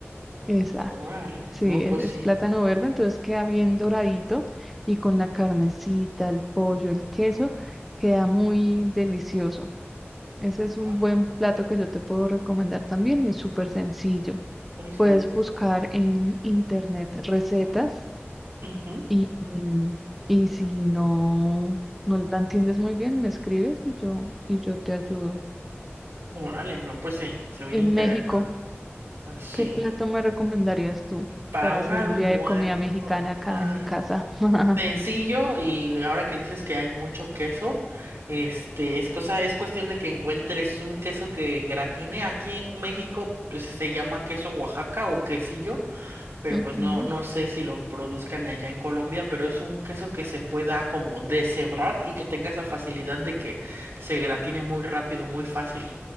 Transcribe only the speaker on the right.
Órale,
no,
pues
sí.
Ah,
Uy, se
ve rico.
Ujú.
Órale, no, pues sí, se oye
interesante.
Ah, Sí,
para
un
almuerzo.
Ah,
Sencillo y ahora que dices que hay mucho queso, este es cosa es cuestión de que encuentres un queso que gratine. Aquí en México pues, se llama queso Oaxaca o quesillo, pero
pues no no sé si lo produzcan allá en Colombia, pero es un queso que se pueda como deshebrar y que tenga esa facilidad de que se gratine muy rápido, muy fácil.